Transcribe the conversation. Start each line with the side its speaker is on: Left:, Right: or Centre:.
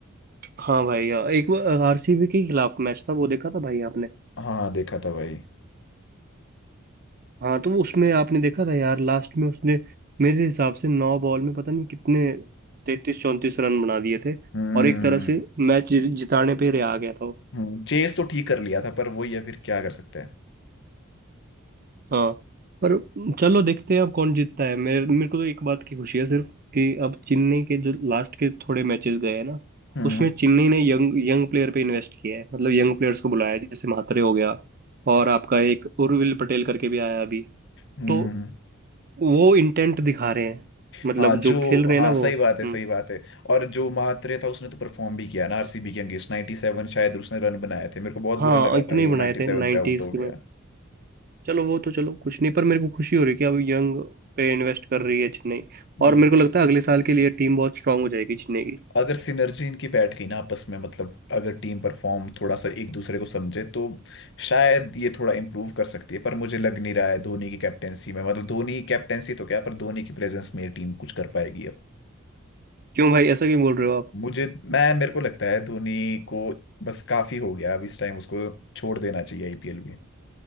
Right: हाँ भाई यार एक बार आरसीबी के खिलाफ मैच था वो देखा था भाई आपने
Left: हाँ देखा था भाई
Right: हाँ तो उसमें आपने देखा था यार लास्ट में उसने मेरे हिसाब से नौ बॉल में पता नहीं कितने तैतीस चौंतीस रन बना दिए थे
Left: हम्म
Right: और एक तरह से मैच जिताने पे रहा गया था वो
Left: हम्म, चेस तो ठीक कर लिया था पर वही है फिर क्या कर सकते हैं
Right: हाँ पर चलो देखते हैं अब कौन जीतता है मेरे मेरे को तो एक बात की खुशी है सिर्फ कि अब चेन्नई के जो लास्ट के थोड़े मैचेस गए हैं ना
Left: हम्म
Right: उसमें चेन्नई ने यंग यंग प्लेयर पे इन्वेस्ट किया है मतलब यंग प्लेयर्स को बुलाया है, जैसे म्हात्रे हो गया और आपका एक उर्विल पटेल करके भी आया अभी
Left: हम्म
Right: तो
Left: हम्म।
Right: वो इंटेंट दिखा रहे हैं मतलब
Left: हाँ जो
Right: जो खेल रहे
Left: हाँ
Right: हैं ना
Left: सही
Right: वो हम्म
Left: बात है सही बात है और जो महात्रे था उसने तो परफॉर्म भी किया ना आरसीबी के अगेंस्ट 97 शायद उसने रन बनाए थे मेरे को बहुत बुरा
Right: हाँ
Left: लगा
Right: इतने
Left: भाई
Right: ही
Left: वो 97
Right: बनाए थे नाइन्टीज
Left: पे आउट हो
Right: के
Left: गया
Right: में चलो वो तो चलो कुछ नहीं पर मेरे को खुशी हो रही है कि अब यंग पे इन्वेस्ट कर रही है चेन्नई
Left: हम्म
Right: और मेरे को लगता है अगले साल के लिए टीम बहुत स्ट्रांग हो जाएगी चेन्नई की
Left: अगर सिनर्जी इनकी बैठ गई ना आपस में मतलब अगर टीम परफॉर्म थोड़ा सा एक दूसरे को समझे तो शायद ये थोड़ा इम्प्रूव कर सकती है पर मुझे लग नहीं रहा है धोनी की कैप्टेंसी में मतलब धोनी की कैप्टेंसी तो क्या पर धोनी की प्रेजेंस में ये टीम कुछ कर पाएगी अब
Right: क्यों भाई ऐसा क्यों बोल रहे हो आप
Left: मुझे मैं मेरे को लगता है धोनी को बस काफी हो गया अब इस टाइम उसको छोड़ देना चाहिए आईपीएल भी